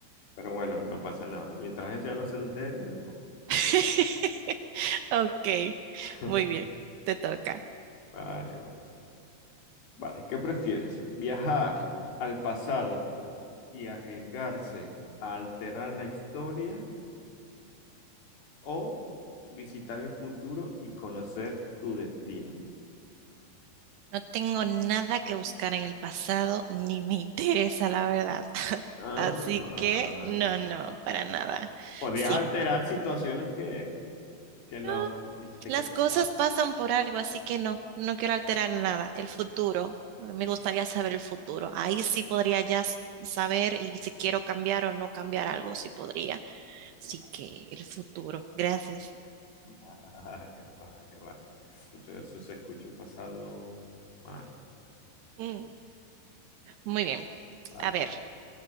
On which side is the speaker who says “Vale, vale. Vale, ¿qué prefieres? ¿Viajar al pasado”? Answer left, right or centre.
Left